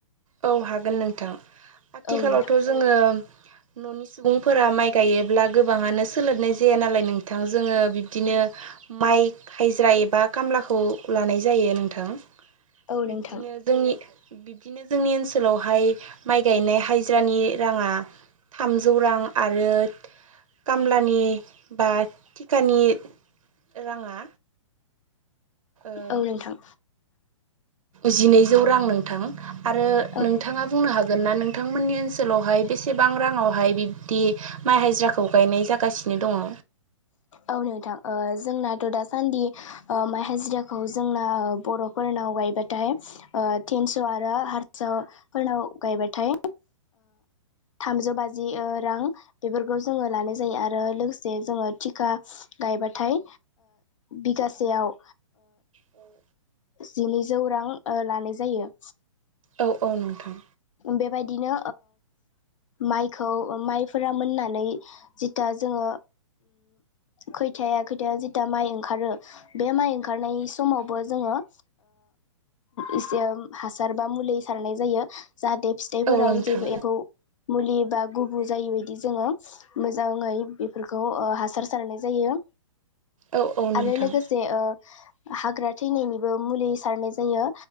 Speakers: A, on the right; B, on the left.
A: औ हागोन नोंथां। आथिखालावथ'
B: औ नोंथां
A: जोङो न'नि सुबुंफोरा माइ गायोब्ला गोबाङानो सोलाबनाय जाया नालाय नोंथां जोङो बिब्दिनो माइ खायज्रा एबा खामलाखौ लानाय जायो नोंथां।
B: औ
A: बिब्दिनो
B: नोंथां
A: जोंनि बिब्दिनो जोंनि ओनसोलावहाय माइ गायनाय हायज्रानि राङा थामजौ रां आरो खामलानि बा सिखानि राङा ओ
B: औ नोंथां
A: जिनैजौ रां नोंथां आरो
B: औ
A: नोंथाङा बुंनो हागोन ना नोंथांमोननि ओनसोलावहाय बेसेबां राङावहाय बिब्दि माइ हाजिराखौ गायनाय जागासिनो दङ'?
B: औ नोंथां जोंनाथ' दासान्दि माइ हाजिराखौ जोंना बर'फोरनाव गायबाथाय थिनस' आरो हारस फोरनाव गायबथाय थामजौ बाजि जि रां बेफोरखौ जोङो लानाय जायो आरो लोगोसे जोङो थिखा गायबाथाय बिगासेयाव
A: औ
B: जिनैजौ रां लानाय जायो
A: औ औ नोंथां
B: बेबायदिनो माइखौ माइफोरा मोननानै जिथा जोङो खैथाया खैथाया जिथा माइ ओंखारो बे माइ ओंखारनाय समावबो जोङो इसे हासार बा मुलि सारनाय जायो जाहाथे फिथाइफोराव
A: औ नोंथां
B: जेबो एफौ मुलि बा गुबु जायै बदि जोङो मोजाङै बेफोरखौ हासार सारनाय जायो
A: औ औ नोंथां
B: आरो लोगोसे हाग्रा थैनायनिबो मुलि सारनाय जायो